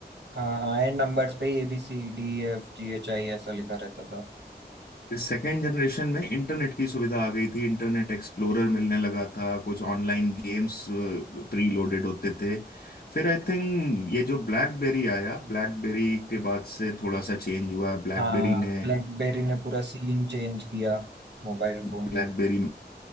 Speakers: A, on the right; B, on the left.
A: हाँ हाँ एंड नंबर्स पे A B C D F G H I ऐसा लिखा रहता था
B: सेकेंड जनरेशन में इंटरनेट की सुविधा आ गई थी इंटरनेट एक्सप्लोरर मिलने लगा था कुछ ऑनलाइन गेम्स प्री लोडेड होते थे फिर आई थिंक ये जो ब्लैकबेरी आया ब्लैकबेरी के बाद से थोड़ा सा चेंज हुआ ब्लैकबेरी
A: हाँ
B: ने
A: ब्लैकबेरी ने पूरा सीन चेंज किया मोबाइल फोन
B: ब्लैकबेरी